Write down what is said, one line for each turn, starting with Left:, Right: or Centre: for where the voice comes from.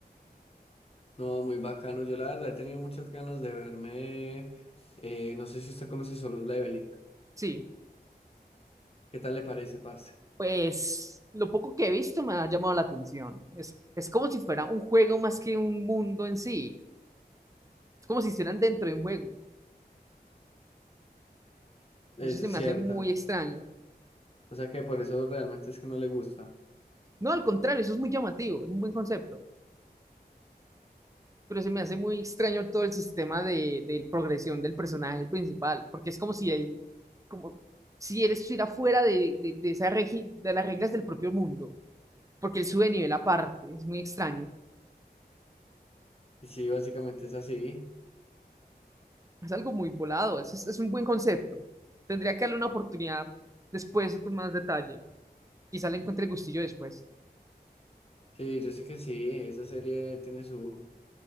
Left: No, muy bacano. Yo la verdad he tenido muchas ganas de verme, eh, no sé si usted conoce Solo Leveling.
Right: Sí,
Left: ¿Qué tal le parece, parce?
Right: pues lo poco que he visto me ha llamado la atención. Es, es como si fuera un juego más que un mundo en sí. Es como si estuvieran dentro de un juego.
Left: Eso
Right: Y eso se
Left: es
Right: me
Left: cierto.
Right: hace muy extraño.
Left: O sea que por eso realmente es que no le gusta.
Right: No, al contrario, eso es muy llamativo, es un buen concepto. pero se me hace muy extraño todo el sistema de, de progresión del personaje principal, porque es como si él, como si él estuviera fuera de, de, de esa regi- de las reglas del propio mundo, porque él sube de nivel aparte, es muy extraño,
Left: Y sí, básicamente es así.
Right: es algo muy volado, es, es, es un buen concepto. Tendría que darle una oportunidad después con más detalle, quizá le encuentre el gustillo después.
Left: Sí, yo sé que sí, esa serie tiene su,